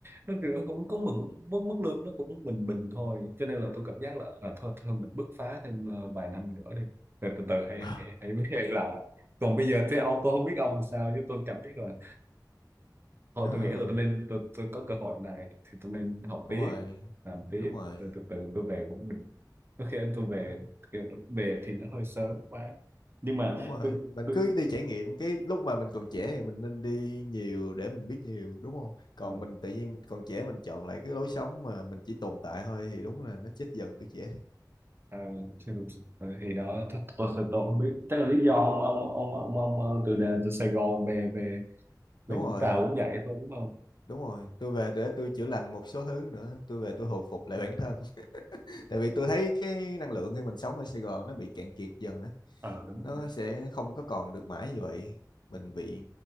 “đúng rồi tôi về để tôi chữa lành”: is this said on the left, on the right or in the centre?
Left